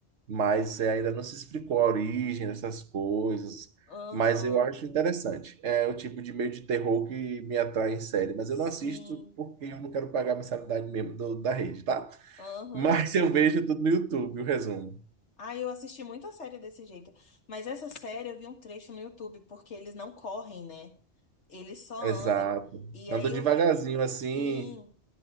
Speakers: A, on the right; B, on the left.
A: mas é, ainda não se explicou a origem dessas coisas.
B: aham,
A: Mas eu acho interessante. É o tipo de meio de terror que me atrai em série, mas
B: sim,
A: eu não assisto porque eu não quero pagar a mensalidade mesmo do- da rede, tá?
B: aham,
A: <laughs>
B: justo.
A: Mas eu vejo tudo no YouTube, o resumo.
B: Ah, eu assisti muita série desse jeito. Mas essa série eu vi um trecho no YouTube, porque eles não correm, né? Eles só
A: Exato.
B: andam. E
A: Ando
B: aí
A: devagarzinho
B: eu vi. Sim.
A: assim